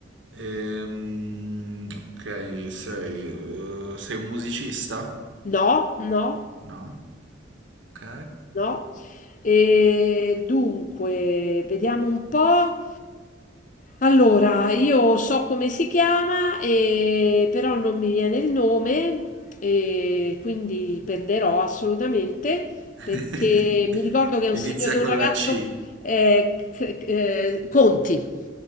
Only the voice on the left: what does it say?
No, no.
No. E dunque, vediamo un po'. Allora, io so come si chiama, e- però non mi viene il nome, e quindi perderò assolutamente
perché mi ricordo che è un,
signor- è un
ragazzo
eh, c- eh, Conti.